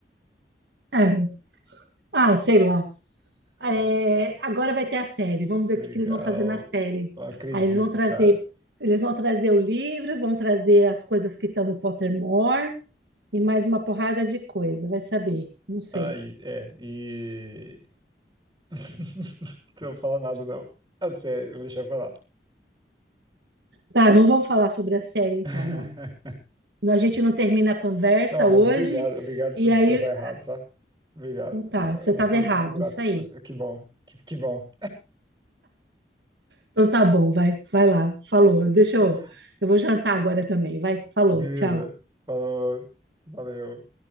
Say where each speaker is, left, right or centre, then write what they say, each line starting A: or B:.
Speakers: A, on the right; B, on the right.
A: É. Ah, sei lá.
B: Ah,
A: É, agora vai ter a série. Vamos
B: legal.
A: ver o que que eles vão fazer na série.
B: Eu acredito,
A: Aí eles vão trazer,
B: cara.
A: eles vão trazer o livro, vão trazer as coisas que estão no Pottermore e mais uma porrada de coisa. Vai saber. Não sei.
B: Ai, é, e. <laughs> Não vou falar nada, não. Ah, sério, eu vou deixar pra lá.
A: Tá, não vamos falar sobre a série então,
B: <laughs>
A: não. A gente não termina a conversa
B: Não, mas
A: hoje,
B: obrigado, obrigado
A: e
B: por me
A: aí.
B: provar errado, tá? Obrigado.
A: Então tá,
B: Eh,
A: você
B: Muito,
A: estava
B: muito
A: errado,
B: grato.
A: isso aí.
B: Eh, Que bom, que, que bom.
A: Então tá bom, vai, vai lá, falou. Deixa
B: <laughs>
A: eu. Eu vou jantar agora também, vai, falou,
B: Beleza.
A: tchau.
B: Falou, valeu.